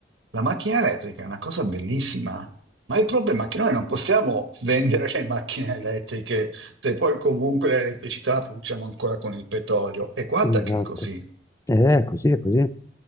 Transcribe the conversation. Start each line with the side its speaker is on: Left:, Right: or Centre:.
Right: la macchina elettrica è una cosa bellissima, ma il problema è che noi non possiamo vendere le macchine elettriche se poi comunque l'elettricità la produciamo ancora con il petrolio. E guarda
Left: Esatto.
Right: che è così.
Left: Eh, è così, è così.